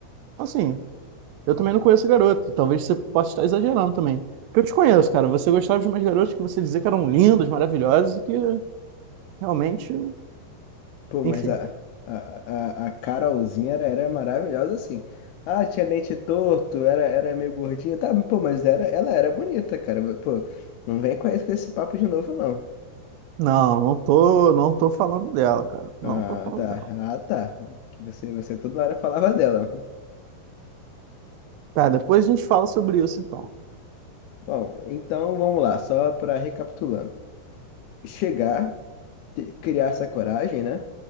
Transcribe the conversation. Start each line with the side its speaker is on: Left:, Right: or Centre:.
Right: assim, eu também não conheço garoto. Talvez você possa estar exagerando também. Porque eu te conheço, cara. Você gostava de umas garotas que você dizia que eram lindas, maravilhosas e que realmente,
Left: Pô,
Right: enfim.
Left: mas a, a, a, a Carolzinha era, era maravilhosa assim. Ah, tinha dente torto, era, era meio gordinha. Tá, pô, mas era, ela era bonita, cara. Pô, não vem com esse, com esse papo de novo, não.
Right: Não, não tô, não tô falando dela, cara. Não
Left: Ah,
Right: tô falando
Left: tá.
Right: dela.
Left: Ah, tá. Que você, você toda hora falava dela.
Right: Tá, depois a gente fala sobre isso então.
Left: Bom, então vamos lá, só para recapitulando. Chegar, te- criar essa coragem, né?